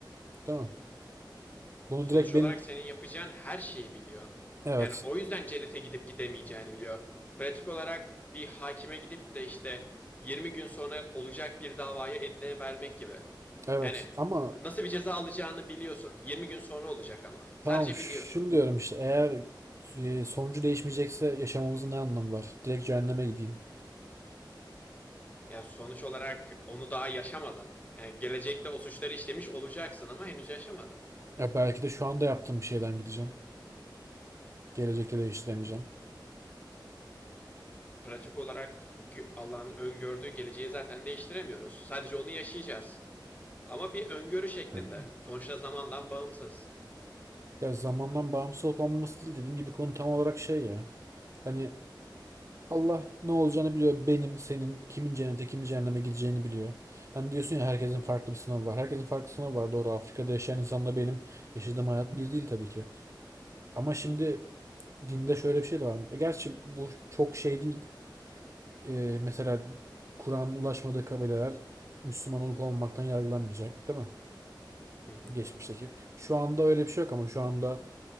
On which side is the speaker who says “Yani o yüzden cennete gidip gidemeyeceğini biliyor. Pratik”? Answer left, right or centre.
Left